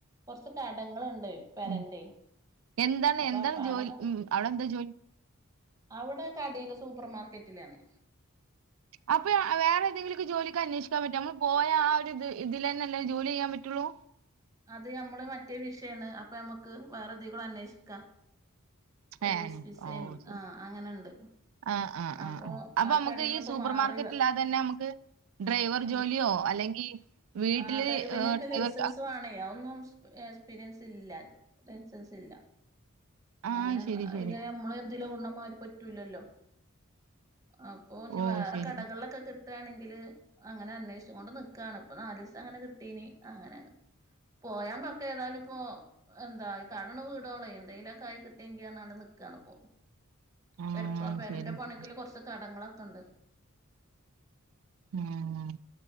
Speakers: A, on the right; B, on the right.
A: കുറച്ച് കടങ്ങളൾുണ്ട് പരണ്ടേ
B: ഉം എന്താണ്
A: അപ്പൊ
B: എന്താണ്
A: പ
B: ജോലി
A: അതന്ന്
B: ഉം അവിടെ എന്താ ജോലി
A: അവിടെ കടയില സൂപ്പർ മാർക്കറ്റിലാണ്
B: അപ്പൊ വേറെഏതെങ്കിലുംക്കെ ജോലൊക്കെന്വേഷിക്കൻ പറ്റും നമ്മ പോയ ആ ഒരു ഇത് ഇതില തന്നെല്ലേ ജോലി ചെയ്യാൻ പറ്റുള്ളൂ
A: അത് നമ്മള് മറ്റേ വിഷയമാണ് അപ്പൊ നമ്മുക്ക് വേറെത കൂടെ അന്വേഷിക്കാം പ്രവി
B: ഏഹ്
A: വിസേൻ
B: ഓ ശരി
A: ആഹ അങ്ങനെണ്ട്
B: ആഹ് ആ
A: അപ്പൊ
B: ആ ആ അപ്പൊ നമുക്ക്
A: കടയിൽന്ന്പ്പോ
B: ഈ സൂപ്പർ
A: മാറി
B: മാർക്കറ്റ് ഇല്ലാതെ തന്നെ നമുക്ക് ഡ്രൈവർ
A: ഉം
B: ജോലിയോ അല്ലെങ്കിൽ വീട്ടില്
A: ആ ഡ്രൈവിറിനൊക്കെ
B: ഡ്രൈവർ
A: ലൈസൻസ് വേണയാ ഒന്നും എക്സ്പീരിയൻസ് ഇല്ലസൻസസ് ഇല്ല
B: ആഹ്
A: അങ്ങനെ
B: ശരി ശരി
A: അല്ല നമ്മള് എന്തിലും ഉണ്ണ മാര് പറ്റൂലല്ലോ ആ ഇഞ്
B: ഓ
A: വേറെ
B: ശരി
A: കടകളിലൊക്കെ കി കിട്ടുകയാണെങ്കില് അങ്ങനെ അന്വേഷിച്ചച്ച് കൊണ്ട് നക്കുകയാണ് ഇപ്പൊ നാല് ദിവസം അങ്ങനെ കിട്ടീനി അങ്ങനെ പോയാൻ പക്ക ഏതാലും ഇപ്പോൊ എന്താ കടന്ന വീടോളോ എന്തെങ്കിലും കായ് കിട്ടിയെങ്കിൽാണ് നിക്കാണ് ഇപ്പൊ
B: ആഹ്
A: പെറപ്പാ പെരന്റെ
B: ശരി
A: പണക്കില്
B: ശരി
A: കൊറച്ച കടങ്ങളൊക്കെ ഉണ്ട്
B: ഉം